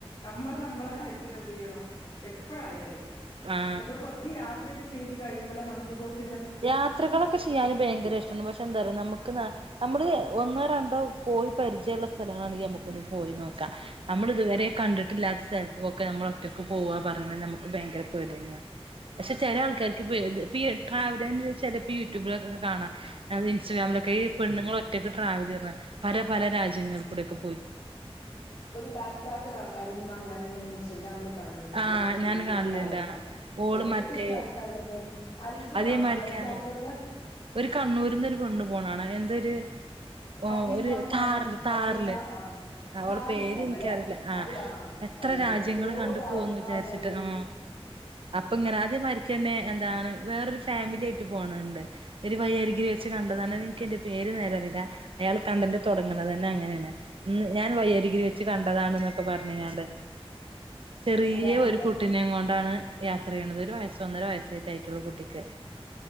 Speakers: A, on the left (about 55°); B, on the right (about 60°).
A: നമ്മള് നമ്മളെ കാര്യത്തിന് എന്ത്യ്യണം എപ്പോഴായാലും
B: ആ
A: അപ്പൊ കൊറച്ച് യാ ത്രൊക്കെ ചെയ്ത് കഴിയുമ്പഴേ നമ്മക്ക് കൊറച്
B: യാത്രകളൊക്കെ ചെയ്യാന് ഭയങ്കര ഇഷ്ടാണ് പക്ഷെ എന്തറിയോ നമ്മക്ക് നമ്മള് ഒന്നോ രണ്ടോ പോയി പരിചയള്ള സ്ഥലങ്ങളണെങ്കി നമുക്കൊന്ന്‌ പോയി നോക്കാം നമ്മൾ ഇതുവരെ കണ്ടിട്ടില്ലാ ത്ത സ്ഥലത്തൊക്കെ നമ്മള് ഒറ്റക്ക് പോവാ പറയുന്നത് നമ്മക്ക് ഭയര പെട്യെന്നാണ് പക്ഷെ ചെല ആൾക്കാര്ക്ക് പേ ഇത് പി ഇ ട്രാവലയണ ചെലപ്പോ യൂട്യൂബിലൊക്കെ കാണാം <unintelligible> ഇൻസ്റ്റഗ്രാമിലൊക്കെഈ പെണ്ണുങ്ങള് ഒറ്റക്ക്ട്രാവലിയുന്ന പല പല രാജ്യങ്ങളിൽ കൂടൊക്കെ
A: ഒരു ബാക്ക് പാക്കറാണ് അരുണിമ ഞാനിങ്ങനെ ഇൻസ്റ്റഗ്രാമിലൊക്കെ കാണലുണ്ട് അവള്
B: ആഹ്
A: ഒറ്റക്ക്
B: ഞാൻ
A: ഏതൊക്കെ
B: കാണലുണ്ട്
A: സ്ഥലത്ത്
B: ആഹ് ഓള്
A: ഏതൊക്കെ
B: മറ്റേ
A: സ്ഥലത്താ അവളിപ്പോ അത്ഭുതാവും
B: അതേമാരിക്കാണ്
A: ചെല സ്ഥലത്തൊക്കെ
B: ഒരു കണ്ണൂരിന്ന് ഒരു പെണ്ണു പോണാ കാണാം എന്ത ഒര് ഓ
A: അഫീഹാന്നെങ്ങാനും
B: ഒരു താറില് താറില്
A: അഫീഹ ആ
B: അവള്
A: കാറില്
B: പേര്
A: പോന്നല്ലേ
B: എനിക്കറിയില്ല ആ
A: അത്
B: എത്ര
A: അതെ അതെ
B: രാജ്യങ്ങള്
A: എത്രയോ
B: കണ്ട്
A: രാജ്യങ്ങളാ
B: പോ ന്ന് വിചാരിച്ചിട്ട്
A: പോയത്
B: ആ അപ്പൊ ഇങ്ങനെ അതെ മാരിക്കന്നെ എന്താണ് വേറൊരു ഫാമിലി ആയിട്ട് പോണം ണ്ട് ഒരു വഴ്യരികി വെച്ച് കണ്ടതാണ് എനിക്ക് അയ്ന്റെ പേര് നേരറിയില്ല അയാള് കണ്ടന്റ് തൊടങ്ങണതന്നെ അങ്ങനാണ് ഇന്ന് ഞാന് വഴ്യരികില് വെച്ച് കണ്ടതാണ്ന്നൊക്കെ പറഞ്ഞങ്ങാണ്ട് ചെറിയ
A: അതെ അവളുടെ
B: ഒരു കുട്ടിനേം കൊണ്ടാണ് യാത്രയ്യണത് ഒരുവയസ്സ് സ് ഒന്നര വയസ്സൊകായിട്ടുള്ളൂ കുട്ടിക്ക്